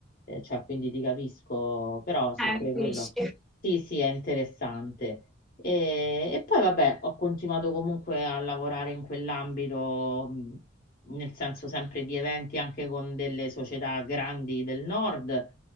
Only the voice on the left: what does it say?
eh, cioè, quindi ti capisco, però sì,
pure
quello.
Sì, sì, è interessante. E, e poi vabbè, ho continuato comunque a lavorare in quell'ambito, mh, nel senso sempre di eventi anche con delle società grandi del nord,